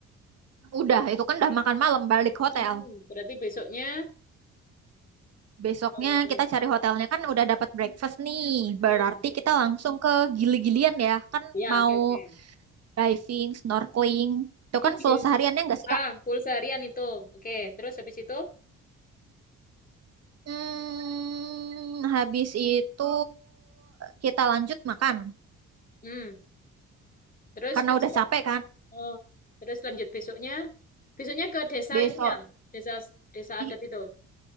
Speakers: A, on the right; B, on the left.
A: udah itu kan udah makan malam balik hotel.
B: Hmm, berarti besoknya.
A: Besoknya
B: eh,
A: kita cari hotelnya kan udah dapat breakfast nih.
B: hmm,
A: Berarti kita langsung ke Gili-Gilian ya. Kan
B: ya
A: mau
B: oke oke.
A: diving, snorkeling. Itu
B: Itu
A: kan
B: gini.
A: full sehariannya nggak sih,
B: Ah,
A: Kak?
B: full seharian itu. Oke, terus habis itu,
A: Hmm, habis itu kita lanjut makan.
B: hmm, terus
A: Karena
B: besok.
A: udah capek kan.
B: Oh, terus lanjut besoknya. Besoknya ke desa
A: Besok,
B: itu ya, desa desa
A: i-
B: adat itu.